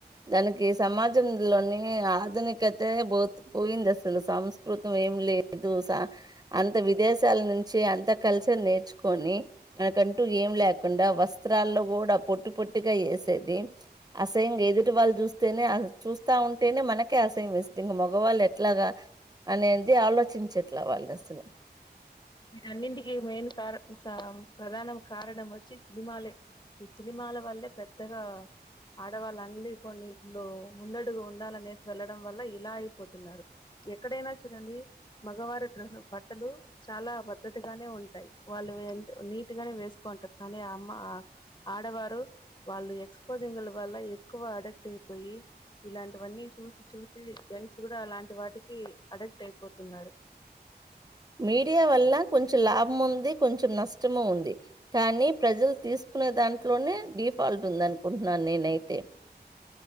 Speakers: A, on the right (about 25°); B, on the left (about 25°).
A: దానికి సమాజం లోని ఆధునికతే పో పోయింది అసలు సంస్కృతం ఏం లేదు అంత విదేశాల నుంచి అంత కల్చర్ నేర్చుకొని మనకంటూ ఏం లేక కాకుండా వస్త్రాల్లో కూడా పొట్టు పొట్టుగా ది అసంగా ఎదుటి వాళ్ళు చూస్తేనే చూస్తా ఉంటేనే మనకే ఇంక మగవాళ్ళు ఎట్లాగా అనేది ఆలోచించేట్ల వాళ్ళు అసలు
B: వీటన్నింటికి మెయిన్ కార ప్రధాన కారణం వచ్చి సినిమాలే ఈ సినిమాల వల్లే పెద్దగా ఆడవాళ్ళు అన్ని కొన్నిటిలో ముందడుగు ఉండాలనేసి వెళ్లడం వల్ల ఇలా అయిపోతున్నారు ఎక్కడైనా చూడండి మగవారి బట్టలు చాలా పద్ద్దతిగానే ఉంటాయి వాళ్ళు నీట్ గానే వేసుకోంటారు కానీ ఆ అమ్మ ఆ ఆడవారు వాళ్ళు ఎక్స్పోజింగ్ల వల్ల ఎక్కువ అడక్ట్ అయిపోయి ఇలాంటివన్నీ చూసి చూసి జెంట్స్ కూడా అలాంటి వాటికి అడక్ట్ అయిపోతున్నారు
A: మీడియా వల్ల కొంచెం లాభం ఉంది కొంచెం నష్టము ఉంది కానీ ప్రజలు తీసుకునే దాంట్లోనే డిఫాల్ట్ ఉందనుకుంటున్నాను నేనైతే